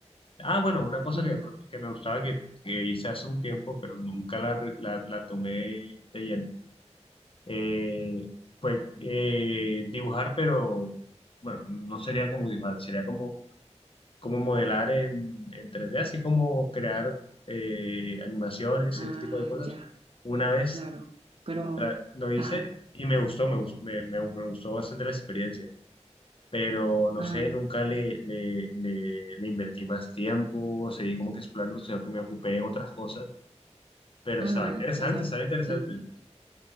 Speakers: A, on the left; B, on the right.
A: Ah, bueno, una cosa
B: Ujú.
A: que, de pronto- que me gustaba que, que hice hace un tiempo, pero nunca la, re- la, la tomé de lleno, eh, fue eh, dibujar, pero bueno, no sería como dibujar, sería como cómo modelar en, en 3D, así como crear eh, animaciones,
B: Ah,
A: ese tipo de cosas.
B: ya,
A: Una vez
B: claro. Pero,
A: tra- lo hice
B: ajá,
A: y me gustó, me, gus- me, me- me gustó bastante la experiencia, pero no
B: ajá,
A: sé, nunca le, le, le, le invertí más tiempo, seguí como que explorando, sino que me ocupé en otras cosas, pero
B: ah,
A: estaba interesante,
B: o sea,
A: estaba interesante.
B: en-